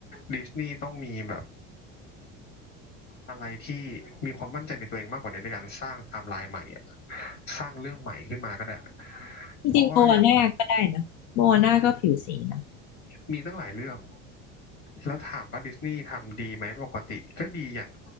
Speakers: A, on the left; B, on the left.
A: ดิสนีย์ต้องมีแบบ อะไรที่มีความมั่นใจในตัวเองมากกว่านี้ในการสร้างไทม์ไลน์ใหม่อะสร้างเรื่องใหม่ขึ้นมาก็ได้
B: จริงๆโมอาน่าก็ได้นะโมอาน่าก็ผิวสีนะ
A: เพราะว่าอย่างมีตั้งหลายเรื่องแล้วถามว่าดิสนีย์ทำดีไหมปกติก็ดีอย่าง